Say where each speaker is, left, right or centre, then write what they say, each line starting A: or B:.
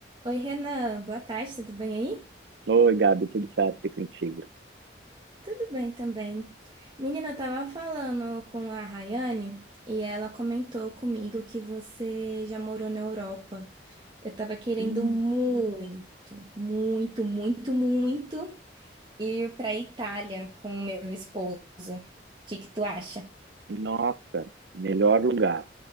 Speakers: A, on the right; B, on the right.
A: Oi, Renan, boa tarde, tudo bem aí?
B: Oi, Gabi, tudo certo e contigo?
A: Tudo bem também. Menina, eu tava falando com a Rayane e ela comentou comigo que você já morou na Europa. Eu tava querendo
B: Hum,
A: muito, muito, muito, muito ir pra Itália com o meu esposo. O que que tu acha?
B: Nossa, melhor lugar.